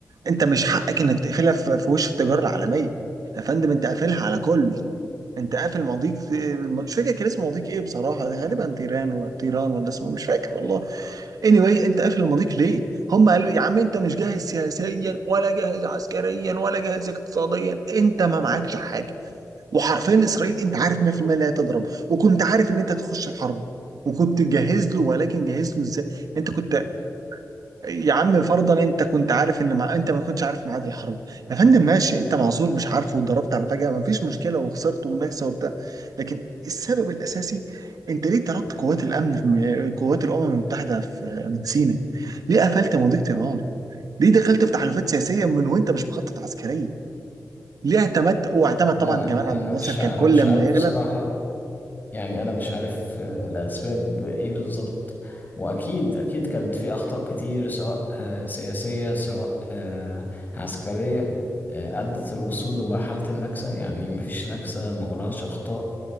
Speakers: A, on the right; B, on the left.
A: انت مش حقك انك تقفلها في في وش التجاره العالميه يا فندم انت قافلها على كل انت قافل مضيق مش فاكر كان اسمه مضيق ايه بصراحه غالبا تيران ولا تيران ولا اسمه مش فاكر والله anyway انت قافل المضيق ليه؟ هم قالوا إيه؟ يا عم انت مش جاهز سياسيا ولا جاهز عسكريا ولا جاهز اقتصاديا انت ما معكش حاجه وحرفيا اسرائيل انت عارف 100% لا تضرب وكنت عارف ان انت هتخش الحرب وكنت جاهز له ولكن جاهز له ازاي؟ انت كنت يا عم فرضا انت كنت عارف ان مع... انت ما كنتش عارف ميعاد الحرب يا فندم ماشي انت معذور مش عارفه واتضربت على فجأة ما فيش مشكلة وخسرت ومناكسة وبتاع لكن السبب الاساسي انت ليه طردت قوات الامن في م- قوات الامم المتحدة في من سيناء ليه قفلت مضيق طيران ليه دخلت في تحالفات سياسية من وانت مش مخطط عسكريا ليه اعتمدت واعتمد طبعا
B: انا
A: جمال عبد
B: انا
A: الناصر
B: مش
A: كان
B: انا
A: كل
B: مش
A: لما
B: عارف
A: يغلب
B: بصراحة يعني انا مش عارف آه، الاسباب ايه بالظبط واكيد اكيد كانت في اخطاء كتير سواء آه، سياسية سواء آه، عسكرية آه، ادت الوصول لمرحلة النكسة يعني مفيش نكسة ما وراهاش اخطاء